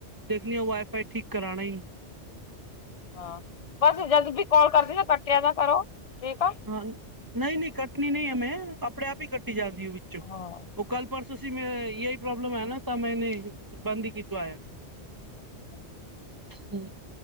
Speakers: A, on the right (about 20°); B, on the left (about 45°).
A: ਦੇਖਣੀ ਆਂ, ਵਾਈਫਾਈ ਠੀਕ ਕਰਾਨਣਾ ਈ
B: ਹਾਂ ਬਸ ਜਦ ਵੀ ਤੁ ਕਾੱਲ ਕਰਦੀ ਆਂ, ਕੱਟਿਆ ਨਾ ਕਰੋ ਠੀਕ ਐ
A: ਹਾਂ ਨਹੀਂ ਨਹੀਂ ਕੱਟਣੀ ਨਹੀਂ ਆਂ ਮੈਂ, ਆਪਣੇ ਆਪ ਹੀ ਕੱਟੀ ਜਾਂਦੀ ਵਿੱਚੋਂ
B: ਹਾਂ
A: ਉਹ ਕੱਲ ਪਰਸੋਂ ਸੀ ਮੈਂ ਇਹਹੀ ਪ੍ਰੋਬਲਮ ਹੈ ਨਾ, ਤਾਂ ਮੈਂਨੇ ਬੰਦ ਹੀ ਕੀਤਾ ਹੋਯਾ ਐ
B: ਅੱਛਾ।
A: ਹੂ।